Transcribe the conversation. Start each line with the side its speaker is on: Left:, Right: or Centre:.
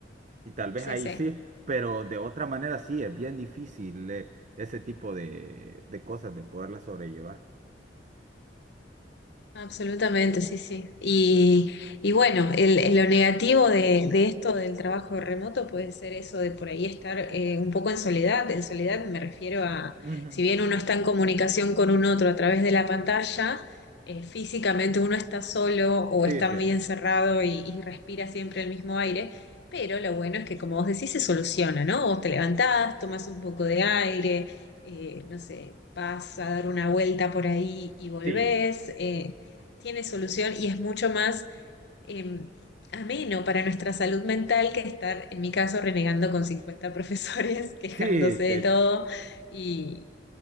Right: Y tal vez
Left: Sí,
Right: ahí
Left: sí.
Right: sí, pero de otra manera sí, es bien difícil eh, ese tipo de, de cosas de poderlas sobrellevar.
Left: Absolutamente, sí, sí. Y, y bueno, el, el- lo negativo de, de esto del trabajo remoto puede ser eso de por ahí estar eh, un poco en soledad. En soledad me refiero a,
Right: Ujú.
Left: si bien uno está en comunicación con un otro a través de la pantalla, eh, físicamente uno está solo o
Right: Sí,
Left: está
Right: sí.
Left: muy encerrado y, y respira siempre el mismo aire. Pero lo bueno es que, como vos decís, se soluciona, ¿no? Vos te levantás, tomás un poco de aire eh, no sé, vas a dar una vuelta por ahí y volvés.
Right: Sí,
Left: eh, tiene solución y es mucho más eh, ameno para nuestra salud mental que estar, en mi caso, renegando con 50 profesores, <laughs> quejándose
Right: sí, te,
Left: de todo. Y